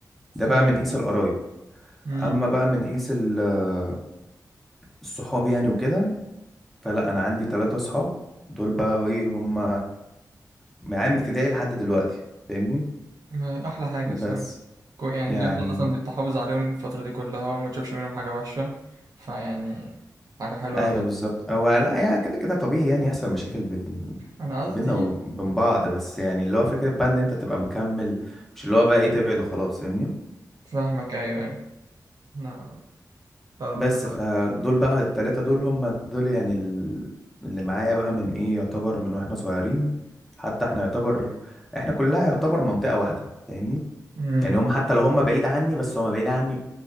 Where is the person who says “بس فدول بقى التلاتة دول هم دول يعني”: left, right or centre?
Centre